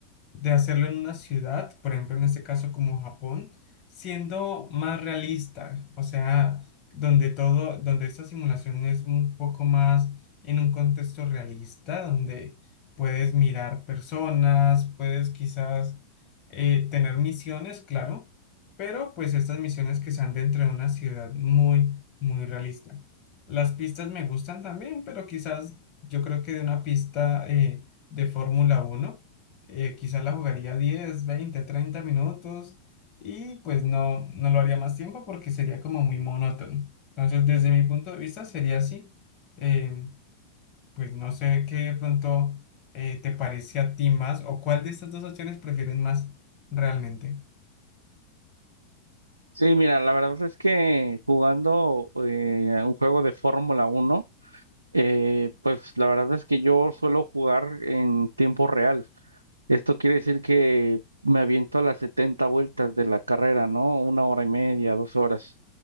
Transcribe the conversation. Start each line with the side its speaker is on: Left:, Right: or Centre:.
Left: de hacerlo en una ciudad, por ejemplo, en este caso como Japón, siendo más realista, o sea, donde todo, donde esta simulación es un poco más en un contexto realista, donde puedes mirar personas, puedes quizás eh, tener misiones, claro, pero pues estas misiones que sean dentro de una ciudad muy, muy realista. Las pistas me gustan también, pero quizás yo creo que de una pista eh, de Fórmula uno eh, quizás la jugaría diez veinte treinta minutos y pues no, no lo haría más tiempo porque sería como muy monótono. Entonces, desde mi punto de vista sería así. Eh, pues no sé qué de pronto eh, te parece a ti más o cuál de estas dos opciones prefieres más realmente.
Right: Sí, mira, la verdad es que jugando eh, un juego de Fórmula Uno eh, pues la verdad es que yo suelo jugar en tiempo real. Esto quiere decir que me aviento a las 70 vueltas de la carrera, ¿no? Una hora y media, dos horas.